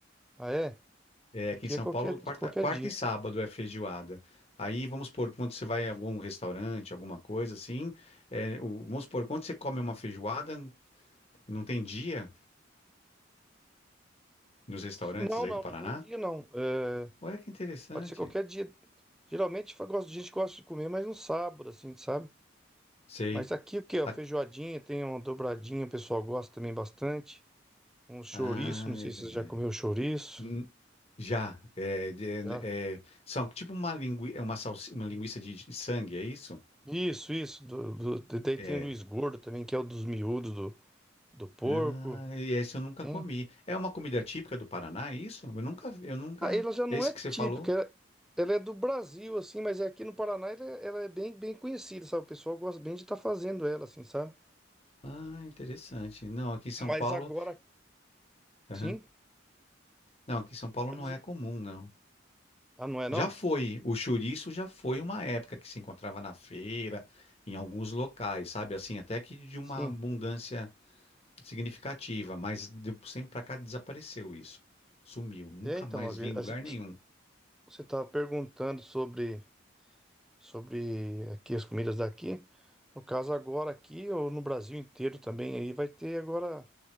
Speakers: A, in the centre; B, on the left (about 30°).
A: Ah, é?
B: É, aqui
A: Aqui
B: em São
A: é qualquer,
B: Paulo, quarta,
A: de qualquer
B: quarta
A: dia.
B: e sábado é feijoada. Aí, vamos supor, quando você vai em algum restaurante, alguma coisa assim, é, o- vamos supor, quando você come uma feijoada, não tem dia nos restaurantes
A: Não,
B: aí
A: não,
B: do Paraná?
A: não tem dia, não. É,
B: Olha que interessante.
A: pode ser qualquer dia. Geralmente eu gosto- a gente gosta de comer, mas no sábado, assim, sabe?
B: Sei.
A: Mas aqui o que, ó,
B: A-
A: feijoadinha, tem uma dobradinha, o pessoal gosta também bastante. Um chouriço,
B: Ah,
A: não sei
B: é verdade.
A: se você já comeu chouriço.
B: Hum, Já. É, de-
A: Já?
B: é- são tipo uma, lingui, é uma, salsi- uma linguiça de de sangue, é isso?
A: Isso, isso. Do, do- daí
B: É.
A: tem o Luiz Gordo também, que é o dos miúdos do, do porco.
B: Ah, e esse eu nunca
A: hein?
B: comi. É uma comida típica do Paraná, é isso? Eu nunca, eu nunca.
A: Ah, ela já não
B: Esse
A: é típica,
B: que você falou?
A: ela, ela é do Brasil, assim, mas é aqui no Paraná ela, é ela é bem, bem conhecida, sabe? O pessoal gosta bem de estar fazendo ela, assim, sabe?
B: Ah, interessante. Não, aqui em São
A: Mas
B: Paulo.
A: agora,
B: aham.
A: sim,
B: Não, aqui em São Paulo
A: pode
B: não
A: dizer.
B: é comum, não.
A: Ah, não é não?
B: Já foi. O chouriço já foi uma época que se encontrava na feira, em alguns locais, sabe? Assim, até que de uma
A: Sim.
B: abundância significativa, mas de um sempre pra cá desapareceu isso. Sumiu. Nunca
A: É, então,
B: mais
A: a- a-
B: vi em lugar nenhum.
A: você estava perguntando sobre, sobre aqui as comidas daqui. No caso, agora aqui, ou no Brasil inteiro também, aí vai ter agora